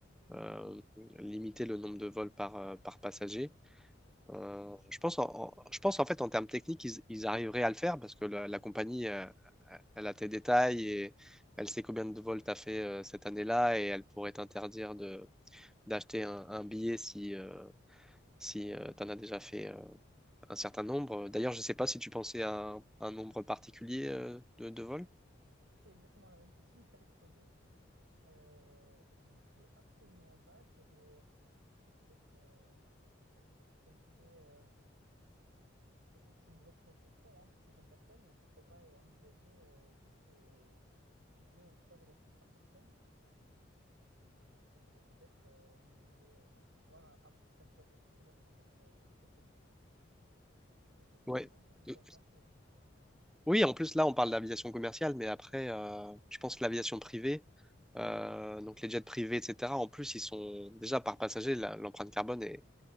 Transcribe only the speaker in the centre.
euh,
limitait le nombre de vols par, euh, par passager. Euh, je pense en, en- je pense en fait en termes techniques, ils, ils arriveraient à le faire parce que la, la compagnie, euh, elle a tes détails et elle sait combien de vols t'as fait euh, cette année-là et elle pourrait t'interdire de d'acheter un, un billet si, euh, si tu en as déjà fait euh, un certain nombre. D'ailleurs, je ne sais pas si tu pensais à un, un nombre particulier euh, de, de vols.
Ouais.
Euh,
Oui, en plus, là, on parle d'aviation commerciale, mais après, euh, je pense que l'aviation privée, euh, donc les jets privés, etc., en plus, ils sont déjà par passager, la- l'empreinte carbone est,